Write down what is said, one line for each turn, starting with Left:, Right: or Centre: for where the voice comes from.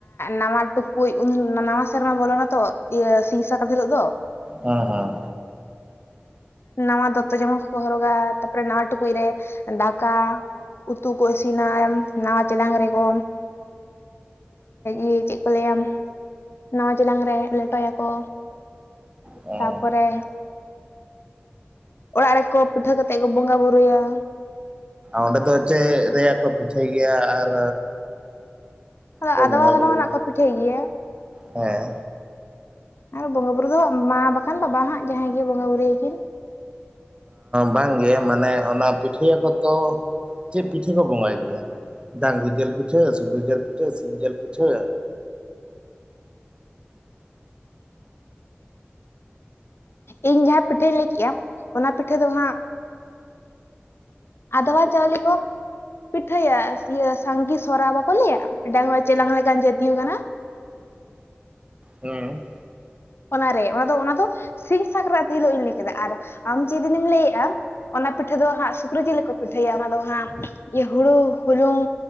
Left: ᱱᱟᱣᱟ ᱴᱩᱠᱼᱼ ᱠᱳᱭ ᱩᱱ ᱱᱟᱣᱟ ᱥᱮᱨᱢᱟ ᱵᱚᱞᱚᱱᱟ ᱛᱚ ᱤᱭᱟᱹ ᱥᱤᱧ ᱥᱟᱠᱟᱛ ᱦᱤᱞᱳ ᱫᱚ᱾
Right: ᱦᱮᱸ ᱦᱮᱸ
Left: ᱩᱸ ᱱᱟᱣᱟ ᱫᱚᱛᱚ ᱡᱟᱢᱟ ᱦᱚᱨᱚᱜᱟ ᱛᱟᱨᱯᱚᱨᱮ ᱱᱟ ᱴᱩᱠᱩᱡ ᱨᱮ ᱰᱟᱠᱟ ᱩᱛᱩ ᱠᱚ ᱤᱥᱤᱱᱟ ᱱᱟᱣᱟ ᱪᱮᱞᱟᱝ ᱨᱮᱠᱚ ᱤᱭᱟᱹ ᱪᱮᱫ ᱠᱚ ᱞᱮᱭᱟ ᱱᱟᱣᱟ ᱪᱮᱞᱟᱝ ᱨᱮ ᱞᱮᱴᱚᱭᱟᱠᱚ᱾
Right: ᱦᱮᱸ
Left: ᱛᱟᱯᱚᱨᱮ ᱚᱲᱟᱜ ᱨᱮᱠᱚ ᱯᱤᱴᱷᱟᱹ ᱠᱟᱛᱮᱫ ᱠᱚ ᱵᱚᱸᱜᱟᱵᱩᱨᱩᱭᱟ᱾
Right: ᱚᱸᱰᱮ ᱫᱚ ᱪᱮᱫ ᱨᱮᱭᱟᱜ ᱠᱚ ᱯᱤᱴᱷᱟᱹᱭ ᱜᱮᱭᱟ ᱟᱨ
Left: ᱟᱫᱚ
Right: ᱠᱚ
Left: ᱟᱫᱚᱣᱟ
Right: ᱵᱚᱸᱜᱟ
Left: ᱦᱚᱞᱚᱝ
Right: ᱵᱩᱨᱩᱭ
Left: ᱱᱟᱜ ᱠᱚ ᱯᱤᱴᱷᱟᱹᱭ ᱜᱮᱭᱟ᱾
Right: ᱦᱮᱸ
Left: ᱟᱨ ᱵᱚᱸᱜᱟᱼ ᱵᱩᱨᱩ ᱫᱚᱟᱸ ᱢᱟ ᱵᱟᱠᱷᱟᱱ ᱵᱟᱵᱟ ᱦᱟᱸᱜ ᱡᱟᱦᱟᱸᱭ ᱜᱮ ᱵᱚᱸᱜᱟᱼ ᱵᱩᱨᱩᱩᱭᱭᱟᱠᱤᱱ᱾
Right: ᱵᱟᱝᱜᱮ ᱢᱟᱱᱮ ᱚᱱᱟ ᱯᱤᱴᱷᱟᱹᱭᱟᱠᱚ ᱛᱚ ᱪᱮᱫ ᱯᱤᱴᱷᱟᱹ ᱠᱚ ᱵᱚᱸᱜᱟᱭ ᱜᱮᱭᱟ? ᱰᱟᱝᱨᱤ ᱡᱤᱞ ᱯᱤᱴᱷᱟᱹ ᱥᱩᱠᱨᱤ ᱡᱤᱞ ᱯᱤᱴᱷᱟᱹ ᱥᱤᱢ ᱡᱤᱞ ᱯᱤᱴᱷᱟᱹ
Left: ᱤᱧ ᱡᱟᱦᱟᱸ ᱯᱤᱴᱷᱟᱹᱧ ᱞᱟᱹᱭ ᱠᱮᱜᱼᱟ ᱚᱱᱟ ᱯᱤᱴᱷᱟᱹ ᱫᱚ ᱦᱟᱸᱜ ᱟᱫᱚᱣᱟ ᱪᱟᱣᱞᱮ ᱠᱚ᱾ ᱯᱤᱴᱷᱟᱹᱭᱟ ᱤᱭᱟᱹ ᱥᱟᱸᱝᱜᱤ ᱥᱚᱨᱟ ᱵᱟᱠᱚ ᱞᱟᱹᱭᱟ ᱰᱟᱝ ᱪᱮᱞᱟᱝ ᱞᱮᱠᱟᱱ ᱡᱟᱹᱛᱤ ᱠᱟᱱᱟ
Right: ᱦᱮᱸ
Left: ᱚᱱᱟᱨᱮ ᱚᱱᱟ ᱫᱚ ᱚᱱᱟ ᱫᱚ ᱥᱤᱧ ᱥᱟᱠᱨᱟᱛ ᱦᱤᱞᱳᱜ ᱤᱧ ᱞᱟᱹᱭ ᱠᱮᱫᱟ ᱟᱨ ᱟᱢ ᱡᱮᱫᱤᱱᱮᱢ ᱞᱟᱹᱭᱮᱜᱼᱟ᱾ ᱚᱱᱟ ᱯᱤᱴᱷᱟᱹ ᱫᱚ ᱦᱟᱸᱜ ᱥᱩᱠᱨᱤ ᱡᱤᱞᱮ ᱠᱚ ᱯᱤᱴᱷᱟᱹᱭᱟ ᱚᱱᱟ ᱫᱚ ᱦᱟᱸᱜ ᱤᱭᱟᱹ ᱦᱩᱲᱩ ᱦᱩᱩᱞᱩᱝ